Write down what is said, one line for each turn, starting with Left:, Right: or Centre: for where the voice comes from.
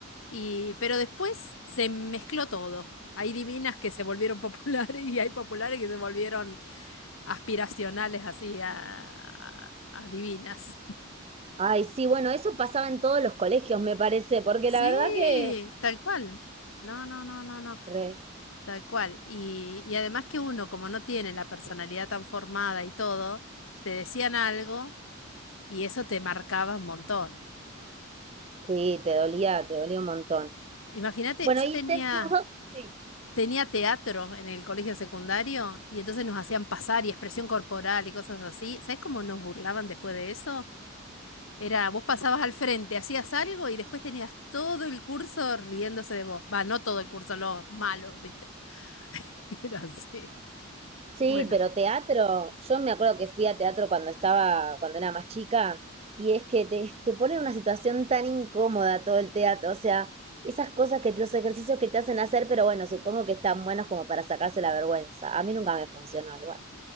Left: Y, pero después se mezcló todo. Hay divinas que se volvieron <laughs> populares y hay populares que se volvieron aspiracionales así a, a a divinas.
Right: Ay, sí, bueno, eso pasaba en todos los colegios, me parece, porque
Left: Sí,
Right: la verdad que...
Left: tal cual. No, no, no, no, no,
Right: Re,
Left: tal cual. Y, y además que uno, como no tiene la personalidad tan formada y todo, te decían algo y eso te marcaba un montón.
Right: sí, te dolía, te dolía un montón.
Left: Imagínate,
Right: Bueno,
Left: yo
Right: y
Left: tenía,
Right: te- nosotros, sí.
Left: tenía teatro en el colegio secundario y entonces nos hacían pasar y expresión corporal y cosas así. ¿Sabes cómo nos burlaban después de eso? Era, vos pasabas al frente, hacías algo y después tenías todo el curso riéndose de vos. Va, no todo el curso, los malos, ¿viste? <laughs> Era así.
Right: Sí,
Left: Bueno,
Right: pero teatro, yo me acuerdo que fui a teatro cuando estaba, cuando era más chica, y es que te, te pone en una situación tan incómoda todo el teatro, o sea, esas cosas que, los ejercicios que te hacen hacer, pero bueno, supongo que están buenos como para sacarse la vergüenza. A mí nunca me funcionó igual.